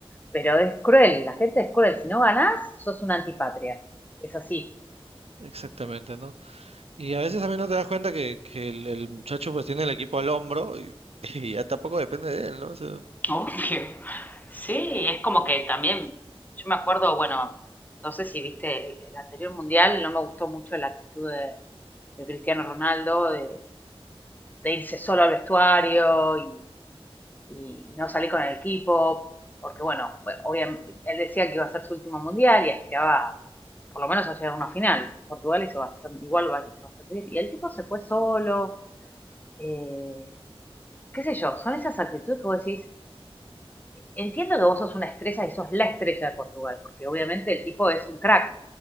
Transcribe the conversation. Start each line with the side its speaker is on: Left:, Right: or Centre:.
Left: pero es cruel, la gente es cruel. Si no ganás, sos una antipatria. Es así.
Right: Exactamente, ¿no? Y a veces también no te das cuenta que, que el, el muchacho pues tiene el equipo al hombro y, <laughs> y ya tampoco depende de él, ¿no? O sea,
Left: Obvio. Sí, es como que también, yo me acuerdo, bueno, no sé si viste el, el anterior mundial, no me gustó mucho la actitud de, de Cristiano Ronaldo, de, de irse solo al vestuario y y no salí con el equipo, porque bueno, obviamente, él decía que iba a ser su último mundial y aspiraba por lo menos a llegar a una final. Portugal hizo bastante, igual hizo bastante bien. Y el tipo se fue solo, eh, qué sé yo, son esas actitudes que vos decís, entiendo que vos sos una estrella y sos la estrella de Portugal, porque obviamente el tipo es un crack,